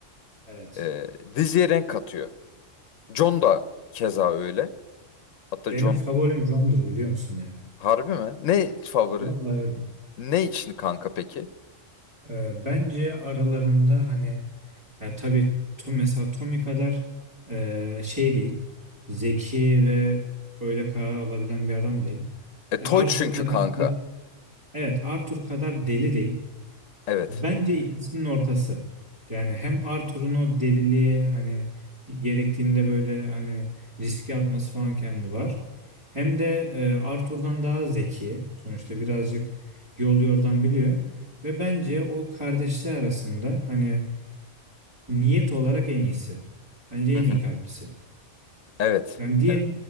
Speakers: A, on the right (about 20°); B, on the left (about 75°).
A: Evet.
B: E, diziye renk katıyor. John da keza öyle. Hatta
A: Benim
B: John
A: favorim John'dur biliyor musun ya?
B: harbi mi? Ne favori
A: Vallahi öyle.
B: ne için kanka peki?
A: Ee, bence aralarında hani Ya tabii to, mesela Tommy kadar e, şey değil. Zeki ve öyle karar alabilen bir adam değil.
B: E,
A: E,
B: toy
A: Arthur
B: çünkü
A: kadar
B: kanka.
A: değil evet Arthur kadar deli değil.
B: Evet.
A: Bence ikisinin ortası. Yani hem Arthur'un o deliliği hani gerektiğinde böyle hani riske atması falan kendi var. Hem de e, Arthur'dan daha zeki. Sonuçta birazcık yol yordan biliyor. Ve bence o kardeşler arasında hani Niyet olarak en iyisi. Bence en
B: Hı hı.
A: iyi kalplisi.
B: Evet.
A: Yani diğer,
B: Evet.